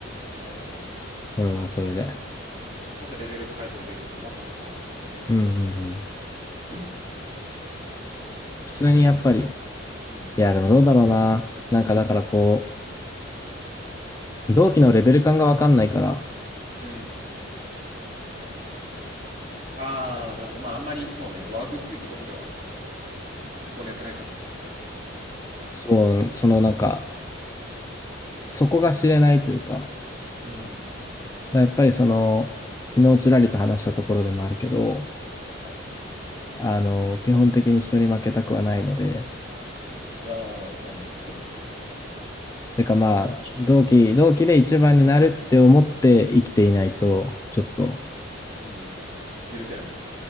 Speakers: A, on the right; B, on the left.
A: うん。
B: これはそれで。
A: もっとレベル高いことできるの、ワクワクするわ。うん。
B: うんうんうん。
A: <clears throat>
B: 普通にやっぱり、
A: なんか、
B: い
A: うん。
B: や、でもどうだろうな。
A: はい
B: なんかだからこう、同期のレベル感がわかんないから、
A: うん。ああ、なるほど。まあ、あんまり、そうね、ワークっていうところでは、そんなやってないか。確かに。
B: そう、そのなんか、そこが知れないというか、だか
A: うん。
B: らやっぱりその、昨日ちらりと話したところでもあるけど、
A: はい。
B: あの、基本的に人に負けたくはないので、
A: ああ、いつだね。
B: てかまあ、
A: そのな
B: 同期、
A: うん。
B: 同期で一番になるって思って生きていないと、ちょっと
A: うん。許せない。